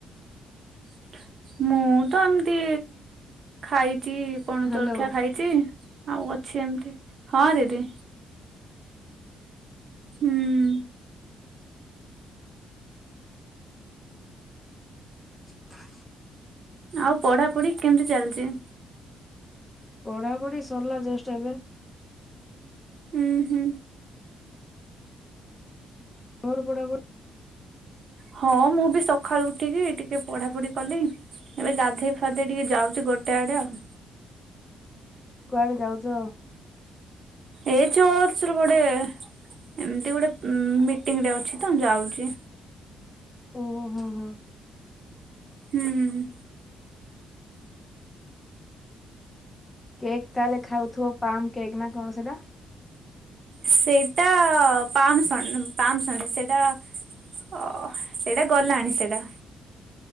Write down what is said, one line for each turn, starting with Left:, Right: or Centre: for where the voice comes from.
Right: <unintelligible> ମୁଁ ତ ଏମିତି ଖାଇଚି। କଣ
Left: ହ୍ୟାଲୋ
Right: ଜଳଖିଆ ଖାଇଛି ଆଉ ଅଛି ଏମିତି ହଁ ଦିଦି। ହୁଁ।
Left: <inaudible>
Right: ଆଉ ପଢା ପଢି କେମିତି ଚାଲିଚି?
Left: ପଢାପଢି ସରିଲା ଜଷ୍ଟ ଏବେ।
Right: ହୁଁ, ହୁଁ।
Left: ତୋର ପଢା ପଢ଼ି?
Right: ହଁ ମୁଁ ବି ସକାଳୁ ଉଠିକି ଟିକେ ପଢା ପଢି କଲି। ଏବେ ଗାଧେଇ ଫାଧେଇ ଟିକେ ଯାଉଚି ଗୋଟେ ଆଡେ ଆଉ।
Left: କୁଆଡେ ଯାଉଚ?
Right: ଏଇ ଯୋଉ ଏଥିରୁ ପଡେ। ଏମିତି ଗୋଟେ ମିଟିଂ ରେ ଅଛି ତ ଯାଉଚି।
Left: ଓହୋ ହଁ, ହଁ।
Right: ହୁଁ, ହୁଁ।
Left: କେକ୍ ତାହେଲେ ଖାଉଥିବ ପାମ୍ କେକ୍ ନା କଣ ସେଟା?
Right: ସେଇଟା ପାମ୍ ପାମସଣ୍ଡ ପାମସଣ୍ଡ ସେଇଟା ଓ ସେଇଟା ଗଲାଣି ସେଇଟା?